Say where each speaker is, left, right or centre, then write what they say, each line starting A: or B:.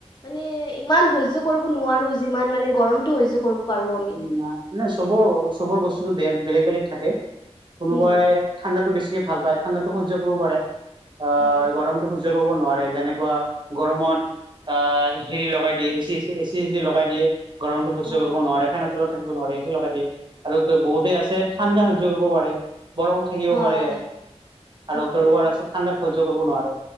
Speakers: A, on the left; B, on the right.
A: মানে ইমান সহ্য কৰিব নোৱাৰো, যিমান মানে গৰমটো সহ্য কৰিব পাৰো আম
B: উম, নাই, নাই চবৰ-চবৰ বস্তুটো বে-বেলেগ-বেলেগ থাকে, কোনোবাই-
A: উম
B: ঠাণ্ডাতটো বেছিকে ভাল পায়, ঠাণ্ডাতো সহ্য কৰিব পাৰে, আহ
A: হয়
B: গৰমটো সহ্য কৰিব নোৱাৰে, যেনেকুৱা গৰমত আহ হেৰি লগাই দিয়ে, এচি এচি এচি লগাই দিয়ে গৰমতটো
A: হয়
B: সহ্য কৰিব নোৱাৰে। ফেনৰ তলত থাকিব নোৱাৰে। এচি লগাই দিয়ে আৰু বহুতে আছে ঠাণ্ডা সহ্য কৰিব পাৰে। বৰফত থাকিব
A: হয়
B: পাৰে
A: ঠিক
B: আৰু গৰুৱাৰ
A: ঠিক
B: আছে। ঠাণ্ডাত সহ্য কৰিব নোৱাৰে